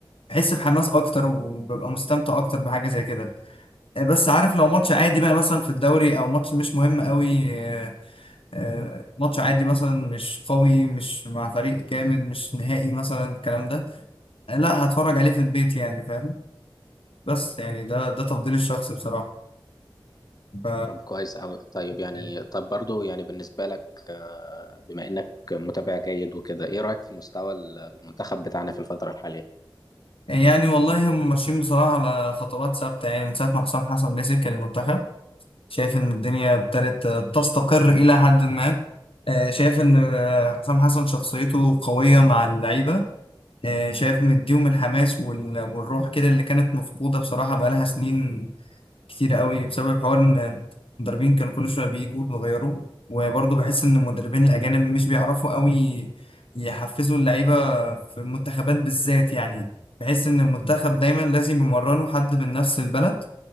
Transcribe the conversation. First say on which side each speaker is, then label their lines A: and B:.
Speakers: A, on the left (about 80°); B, on the left (about 45°).
A: بحس بحماس أكتر وببقى مستمتع أكتر بحاجة زي كده بس عارف لو ماتش عادي بقى مثلا في الدوري او ماتش مش مهم قوي آه، آه، ماتش عادي مثلا مش قوي مش مع فريق جامد مش نهائي مثلا الكلام ده آه، لا هتفرج عليه في البيت يعني فاهم بس يعني ده ده تفضيلي الشخصي بصراحة ف
B: طب كويس أوي طيب يعني
A: يعني
B: طب برضو يعني بالنسبة لك آه، بما إنك متابع جيد وكده إيه رأيك في مستوى المنتخب بتاعنا في الفترة الحالية؟
A: يعني والله هم ماشيين بصراحة على خطوات ثابتة يعني من ساعة ما حسام حسن مسك المنتخب شايف إن الدنيا ابتدت تستقر إلى حد ما آه، شايف إن آه، حسام حسن شخصيته قوية مع اللعيبة آه، شايف مديهم الحماس وال- والروح كده اللي كانت مفقودة بصراحة بقالها سنين كتيرة قوي بسبب حوار إن المدربين كانوا كل شوية بيجوا ويغيروا وبرضه بحس إن المدربين الأجانب مش بيعرفوا قوي يحفزوا اللعيبة في المنتخبات بالذات يعني بحس إن المنتخب دايما لازم يمرنوا حد من نفس البلد